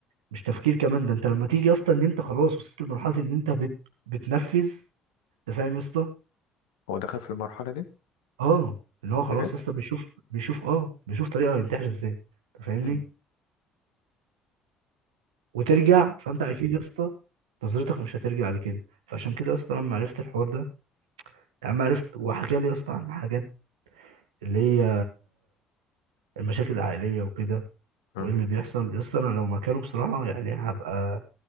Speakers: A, on the right; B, on the left.
A: مش تفكير كمان ده انت لما تيجي يا اسطى ان انت خلاص وصلت لمرحله ان انت بت بتنفذ انت فاهم يا اسطى
B: هو دخل في المرحلة دي
A: اه اللي هو خلاص
B: بجد؟
A: يا اسطى بيشوف بيشوف اه بيشوف طريقه هينتحر ازاي انت فاهمني
B: مم.
A: وترجع فانت اكيد يا اسطى نظرتك مش هترجع لكده فعشان كده يا اسطى لما عرفت الحوار ده يعني لما عرفت وحكى لي يا اسطى عن حاجات اللي هي المشاكل العائليه وكده
B: اه
A: وايه اللي بيحصل يا اسطى انا لو مكانه بصراحه يعني هبقى